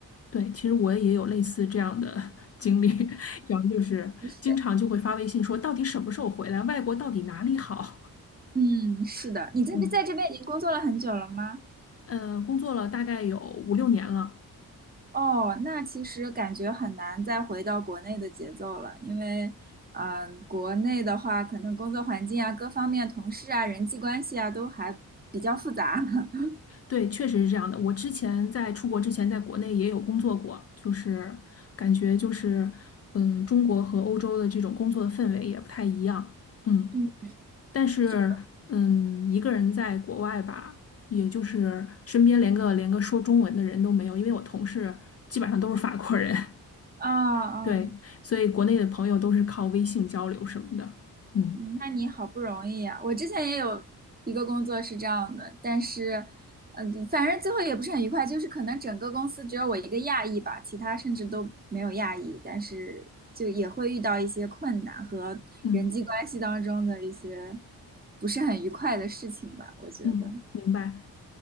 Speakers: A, on the left (about 40°); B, on the right (about 20°).
A: 对，其实我也有类似这样的 <laughs> 经历，然后就是经常就会发微信说，
B: 是，
A: 到底什么时候回来？外国到底哪里好？
B: 嗯，是的。
A: <laughs>
B: 你在这在这边已经工作了很久了吗？
A: 嗯，呃，工作了大概有五六年了，
B: 哦，那其实感觉很难再回到国内的节奏了，因为，嗯、国内的话，可能工作环境啊、各方面、同事啊、人际关系啊，都还比较复杂。<laughs>
A: 对，确实是这样的。我之前在出国之前，在国内也有工作过，就是感觉就是，嗯，中国和欧洲的这种工作的氛围也不太一样。嗯。
B: 嗯，
A: 但是，
B: 是
A: 嗯，一个人在国外吧，也就是身边连个连个说中文的人都没有，因为我同事基本上都是法国人，
B: 啊啊
A: <laughs> 对，
B: <laughs>。
A: 所以国内的朋友都是靠微信交流什么的。嗯
B: 那你好不容易啊！我之前也有一个工作是这样的，但是，嗯、反正最后也不是很愉快，就是可能整个公司只有我一个亚裔吧，其他甚至都没有亚裔，但是就也会遇到一些困难和人际关系当中的一些
A: 嗯
B: 不是很愉快的事情吧，我觉得。
A: 嗯，明白。